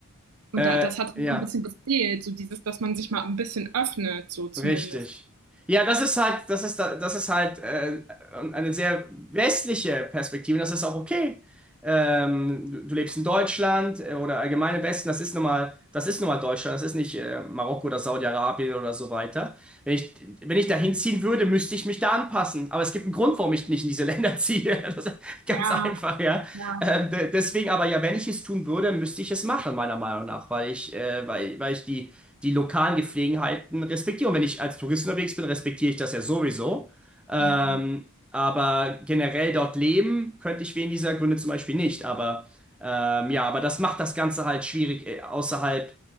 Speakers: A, on the right; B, in the centre.
A: und
B: äh,
A: da, das hat
B: ja.
A: so ein bisschen gefehlt, so dieses, dass man sich mal ein bisschen öffnet, so zumindest.
B: Richtig. Ja, das ist halt, das ist, da- das ist halt äh, eine sehr westliche Perspektive. Das ist auch okay. Ähm, du, du lebst in Deutschland äh, oder allgemein im Westen. Das ist nun mal, das ist nun mal Deutschland. Das ist nicht äh, Marokko oder Saudi-Arabien oder so weiter. Wenn ich, wenn ich dahin ziehen würde, müsste ich mich da anpassen. Aber es gibt einen Grund, warum ich nicht in diese Länder <laughs> ziehe. Das ist ganz
A: Ja,
B: einfach, ja.
A: ja,
B: Ähm, de- deswegen aber ja, wenn ich es tun würde, müsste ich es machen, meiner Meinung nach, weil ich, äh, weil, weil ich die die lokalen Gepflogenheiten respektiere. Und wenn ich als Tourist unterwegs bin, respektiere ich das ja sowieso. Ähm,
A: aber
B: aber generell dort leben könnte ich wegen dieser Gründe zum Beispiel nicht. Aber ähm, ja, aber das macht das Ganze halt schwierig, äh, außerhalb